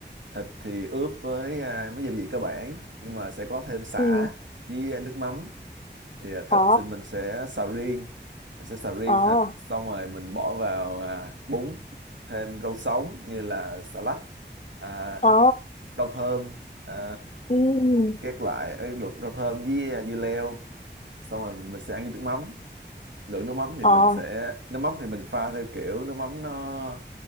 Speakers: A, on the right (about 80°); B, on the left (about 40°).
A: thịt thì ướp với à, mấy gia vị cơ bản nhưng mà sẽ có thêm sả
B: ừ
A: với à, nước mắm thì à, thịt
B: ờ
A: thì mình sẽ xào riêng mình sẽ xào riêng
B: ờ
A: thịt xong rồi mình bỏ vào à, bún thêm rau sống như là xà lách à,
B: ờ
A: rau thơm à,
B: ừ
A: các loại ờ, luộc rau thơm với à, dưa leo xong rồi mình sẽ ăn với nước mắm lượng nước mắm thì
B: ờ
A: mình sẽ nước mắm thì mình pha theo kiểu nước mắm nó